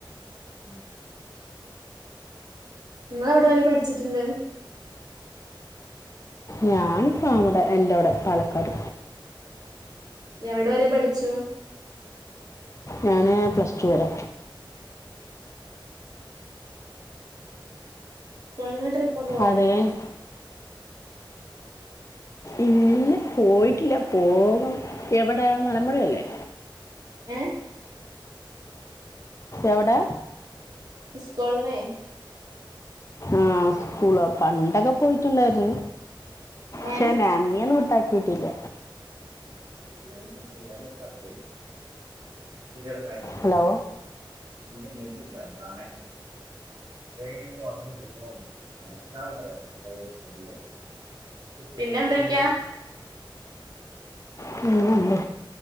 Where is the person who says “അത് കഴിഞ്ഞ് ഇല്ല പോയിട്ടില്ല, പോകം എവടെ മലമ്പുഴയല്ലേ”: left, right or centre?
Left